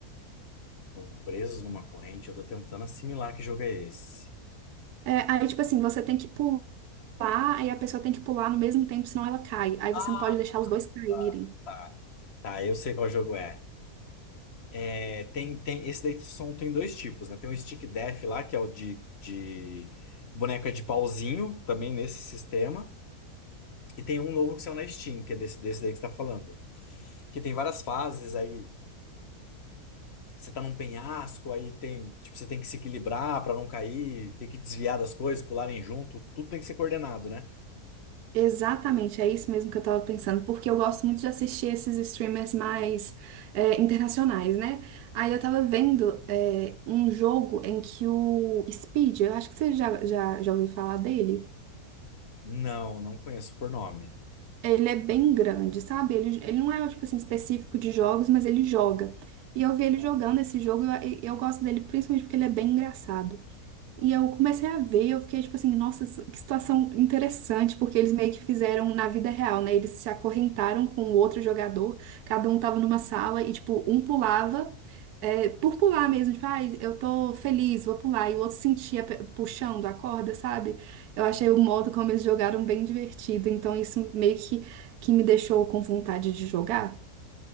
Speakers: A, on the left; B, on the right.
A: Estão presos numa corrente, eu tô tentando assimilar que jogo é esse.
B: É, aí, tipo assim, você tem que pular, aí a pessoa tem que pular no mesmo tempo, senão ela cai. Aí
A: Ah,
B: você não pode deixar os dois caírem.
A: tá, tá. Tá, eu sei qual jogo é. É, tem, tem, esse daí são, tem dois tipos, né? Tem o Stick Death lá, que é o de, de boneca de pauzinho, também nesse sistema. E tem um novo que saiu na Steam, que é desse, desse daí que você tá falando. Que tem várias fases aí. Você tá num penhasco, aí tem, tipo, você tem que se equilibrar pra não cair, tem que desviar das coisas, pularem junto, tudo tem que ser coordenado, né?
B: Exatamente, é isso mesmo que eu tava pensando, porque eu gosto muito de assistir esses streamers mais é, internacionais, né? Aí eu tava vendo é, um jogo em que o Speed, eu acho que você já, já, já ouviu falar dele,
A: Não, não conheço por nome.
B: ele é bem grande, sabe? Ele, ele não é, tipo assim, específico de jogos, mas ele joga. E eu vi ele jogando esse jogo e eu, eu gosto dele principalmente porque ele é bem engraçado. E eu comecei a ver, eu fiquei tipo assim, nossa, isso- que situação interessante, porque eles meio que fizeram na vida real, né? Eles se acorrentaram com o outro jogador, cada um tava numa sala e, tipo, um pulava, é, por pular mesmo, tipo, ai, eu tô feliz, vou pular, e o outro sentia pe- puxando a corda, sabe? Eu
A: Sim.
B: achei o modo como eles jogaram bem divertido, então isso meio que, que me deixou com vontade de jogar.